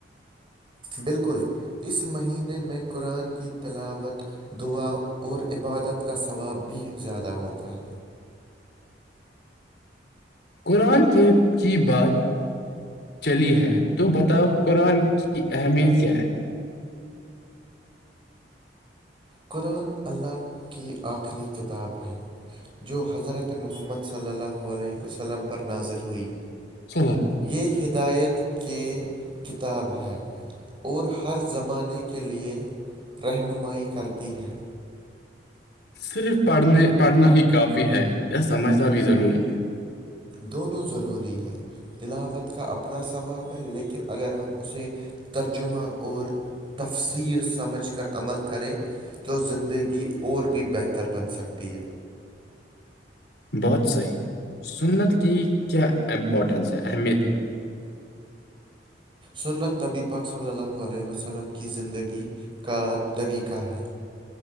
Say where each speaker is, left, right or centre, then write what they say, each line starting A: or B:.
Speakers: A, on the right; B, on the left.
A: بالکل اس مہینے میں قرآن کی تلاوت دعا اور عبادت کا ثواب بھی زیادہ ہوتا ہے
B: قرآن کے کی بات چلی ہے تو بتاؤ قرآن کی اہمیت کیا ہے
A: قرآن اللہ کی آخری کتاب ہے جو حضرت محمد صلی اللہ علیہ وسلم پر نازل ہوئی
B: چر
A: یہ ہدایت کے کتاب ہے اور ہر زمانے کے لیے رہنمائی کرتی ہے
B: صرف پڑھنے پڑھنے ہی کافی ہے یا سمجھنا بھی ضروری ہے
A: دونوں ضروری ہیں تلاوت کا اپنا ثواب ہے لیکن اگر ہم اسے ترجمہ اور تفصیل سمجھ کر عمل کرے تو زندگی اور بھی بہتر بن سکتی ہے
B: بہت صحیح سنت کی کیا امپورٹنس ہے اہمیت
A: سنت نبی پاک صلی اللہ علیہ وسلم کی زندگی کا طریقہ ہے